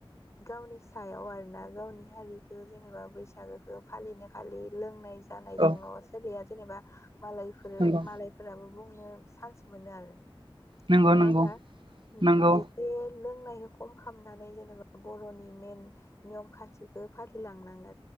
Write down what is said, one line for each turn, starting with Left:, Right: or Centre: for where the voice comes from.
Left: गावनि सायाव आरोना गावनि हारिखौ जेनेबा बैसागोखौ फालिनो खालि लोंनाय जानाय जोंल
Right: औ
Left: सोलिया जेनेबा मालायफोर
Right: नंगौ
Left: मालायफोराबो बुं नो सान्स मोनो आरो
Right: नंगौ
Left: नङा
Right: नंगौ
Left: होमबा
Right: नंगौ
Left: एसे लों खम खालामनानै जेनेबा बर'नि मेन नियम खान्थिखौ फालिलांनांगोन